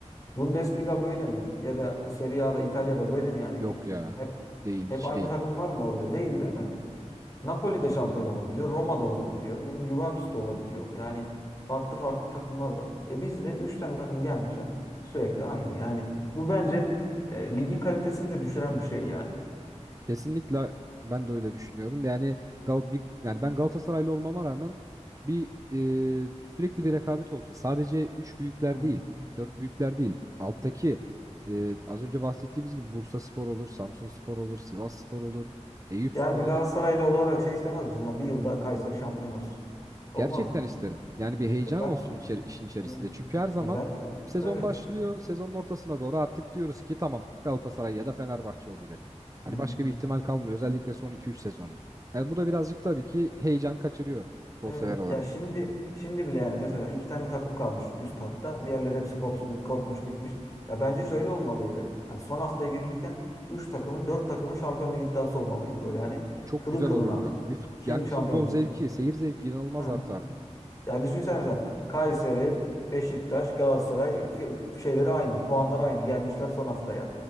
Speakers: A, on the left (about 30°); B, on the right (about 30°).
A: Bundesliga böyle mi? Ya da Serie A'da İtalya'da böyle mi yani
B: Yok
A: lig?
B: ya.
A: Hep
B: Değil,
A: hep
B: hiç
A: aynı
B: değil.
A: takımlar mı oluyor? Değil değil mi? Napoli de şampiyon olabiliyor, Roma da olabiliyor, yani Juventus da olabiliyor. Yani farklı farklı takımlar var. E bizde 3 tane takım gelmiş ha, sürekli aynı. Yani bu bence e, ligin kalitesini de düşüren bir şey yani.
B: Kesinlikle ben de öyle düşünüyorum. Yani Gal bir, yani ben Galatasaraylı olmama rağmen bir e, sürekli bir rekabet olsun. Sadece üç büyükler
A: Hı hı.
B: değil, dört büyükler değil. Alttaki e, az önce bahsettiğimiz gibi Bursaspor olur, Samsunspor olur, Sivasspor olur, Eyüpspor
A: Yani bir
B: olur.
A: Galatasaraylı olarak şey istemez misin? Yani bir yılda Kayseri şampiyon olsun. Olmaz
B: Gerçekten
A: mı
B: isterim. Yani bir heyecan
A: yani? E ben
B: olsun içeri- işin içerisinde.
A: yani,
B: Çünkü her zaman
A: yani ben de-
B: sezon
A: evet.
B: başlıyor. Sezonun ortasına doğru artık diyoruz ki tamam Galatasaray ya da Fenerbahçe olacak.
A: Hı
B: Hani
A: hı.
B: başka bir ihtimal kalmıyor. Özellikle son iki üç sezondur. Yani bu da birazcık tabii ki heyecan kaçırıyor futbol
A: Evet.
B: sever olarak.
A: Ya şimdi şimdi bile yani mesela iki tane takım kalmış üst hatta. Diğerleri hepsi kopmuş, kopmuş gitmiş. Ya bence şöyle olmalıydı. Hani son hafta girilirken üç takımın dört takımın şampiyonluk iddiası olmalıydı böyle hani
B: Çok
A: kılı
B: güzel
A: kılına.
B: olurdu. Bir fut-
A: Kim
B: yani
A: şampiyon
B: futbol
A: olacak?
B: zevki, seyir zevki inanılmaz
A: Ha.
B: artardı.
A: Ya düşünsene mesela Kayseri, Beşiktaş, Galatasaray fi- şeyleri aynı. Puanlar aynı. Gelmişler son haftaya.